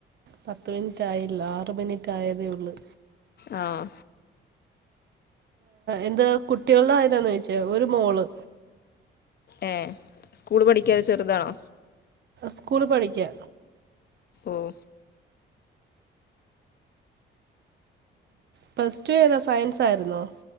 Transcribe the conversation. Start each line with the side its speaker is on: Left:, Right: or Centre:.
Right: പത്ത് മിനിറ്റ് ആയില്ല ആറ് മിനിറ്റ് ആയതേ ഉള്ളൂ
Left: ആഹ്
Right: എന്താ കുട്ടികളുടെ കാര്യായാണോ ചോദിച്ചത് ഒരു മോള്
Left: ഏഹ് സ്കൂള് പഠിക്കാതൊ ചെറുതാണോ
Right: സ്കൂള് പഠിക്ക്യാ
Left: ഓഹ്
Right: പ്ലസ് ടു ഏതാ സയൻസ് ആയിരുന്നോ?